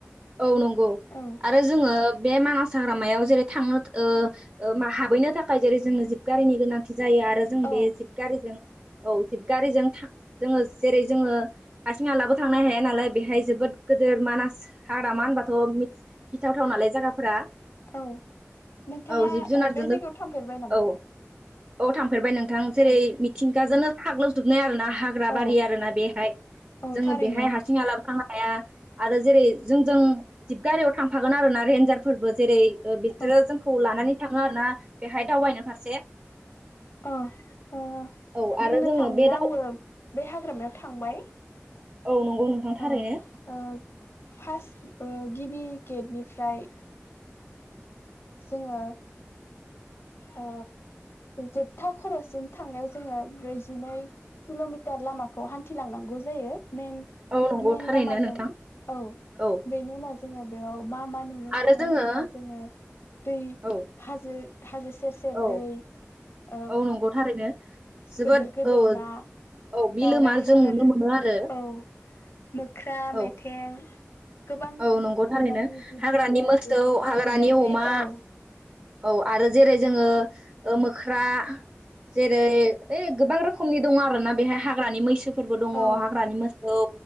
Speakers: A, on the right (about 30°); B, on the left (about 60°).
A: औ नंगौ
B: औ
A: आरो जोङो बे मानास हाग्रामायाव जेरै थांनो ओ ओ हाबहैनो थाखाय जेरै जोंनो जिब गारिनि गोनांथि जायो आरो जों
B: औ
A: बे जिब गारिजों औ गारिजों था जोङो जेरै जोङो हारसिं हालाबो थांनो हाया नालाय बेहाय जोबोद गिदिर मानास हाग्राामा होनबाथ' गिथावथाव नालाय जायगाफोरा
B: औ नोंथाङा
A: औ जिब जुनारजोंनो
B: ओ बे जायगायाव थांफेरबाय नामा
A: औ औ थांफेरबाय नोंथां जेरै
B: औ
A: मिथिंगाजोंनो साग्लोबजोबनाय आरोना हाग्रा
B: औ
A: बारि आरोना बेहाय
B: औ
A: जोङो
B: थारैनो
A: बेहाय हारसिं हलाबो थांनो हाया आरो जेरै जोंजों जिबगारियाव थांफागोन आरो ना रेन्जारफोरबो जेरै बिसोरो
B: औ
A: जोंखौ लानानै थाङो आर ना बेहाय दावबायनो फारसे
B: अ अ
A: औ आरो
B: बुंनो
A: जोङो
B: थाङोब्ला
A: बे दाव
B: आंबो बे हाग्रामायाव थांबाय
A: औ नंगौ नोंथांथारैनो
B: औ ओ फार्स्ट गिबि गेटनिफ्राय जोङो आ जोबथा खर'सिम थांनायाव जोङो ब्रैजिनै किल'मिटार लामाखौ हान्थिलांनो हागोन गौ जायो मेन
A: औ नंगौ
B: मेन
A: थारैनो
B: लामाजों
A: नोंथां
B: औ
A: औ
B: बेनि उनाव जोङो बेयाव मा मा नुनो
A: आरो
B: थाङो
A: जोङो
B: होनोब्ला जोङो दै
A: औ
B: हाजो हाजो सेर सेर
A: औ
B: दै ओ
A: औ नंगौ थारैनो जोबोद
B: गोदोर गोदोर
A: औ
B: ना
A: औ बिलोमा
B: दावराइफोर
A: जों नुनो मोनो आरो
B: औ मोख्रा मेथें
A: औ
B: गोबां
A: औ नंगौ थारैनो
B: बिबांनि जिब
A: हाग्रानि
B: जुनार
A: मोसौ
B: बेफोरखौबो
A: हाग्रानि
B: नुनाय जायो
A: अमा
B: औ
A: औ आरो जेरै जोङो ओ मोख्रा जेरै ओइ गोबां रोखोमनि दङ आरोना बेहाय हाग्रानि मैसो फोरबो दङ
B: औ
A: हाग्रानि मोसौ